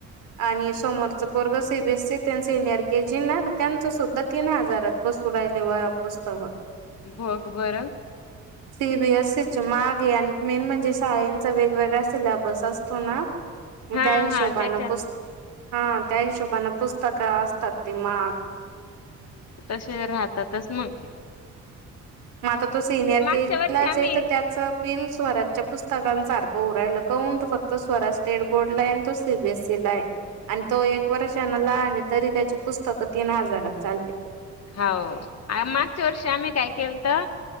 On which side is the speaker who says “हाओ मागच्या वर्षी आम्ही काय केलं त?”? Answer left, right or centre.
Left